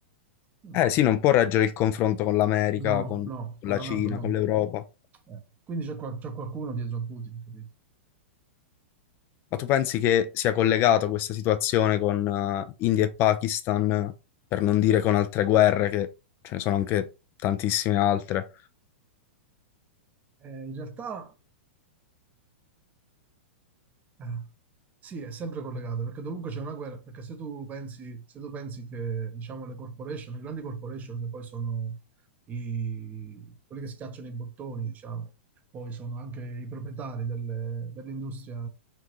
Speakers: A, on the right; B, on the left.
A: Mm.
B: eh sì, non può reggere il confronto con l'America,
A: No,
B: con
A: no,
B: con
A: con
B: la
A: la
B: Cina,
A: NATO no.
B: con l'Europa.
A: Eh, quindi c'è qua- c'è qualcuno dietro a Putin, capito?
B: Ma tu pensi che sia collegato questa situazione con eh, India e Pakistan, per non dire con altre guerre, che ce ne sono anche tantissime altre?
A: Eh, in realtà eh, sì, è sempre collegato, perché dovunque c'è una guerra, perché se tu pensi, se tu pensi che diciamo, le corporation, le grandi corporation che poi sono i, quelli che schiacciano i bottoni, diciamo, poi sono anche i proprietari delle- dell'industria,